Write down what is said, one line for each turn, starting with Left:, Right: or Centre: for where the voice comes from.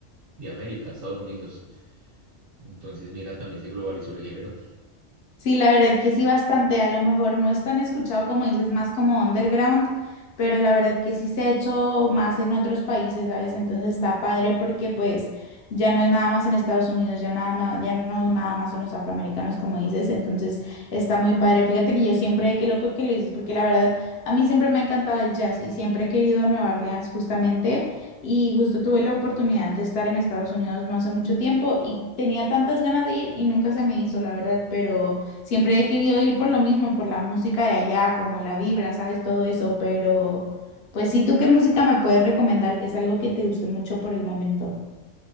Right: de América, Estados Unidos. Entonces, mira, también se globalizó el género.
Left: Sí, la verdad que sí, bastante. A lo mejor no es tan escuchado como dices, más como underground, pero la verdad que sí se ha hecho más en otros países, ¿sabes? Entonces está padre porque pues ya no es nada más en Estados Unidos, ya nada más, ya no nada más son los afroamericanos como dices, entonces está muy padre. Fíjate que yo siempre, qué loco que lo dices, porque la verdad a mí siempre me ha encantado el jazz y siempre he querido a Nueva Orleans justamente. Y justo tuve la oportunidad de estar en Estados Unidos no hace mucho tiempo y tenía tantas ganas de ir y nunca se me hizo, la verdad, pero Siempre he querido ir por lo mismo, por la música de allá, como la vibra, sabes, todo eso, pero pues sí, ¿tú qué música me puedes recomendar? Que es algo que te guste mucho por el momento.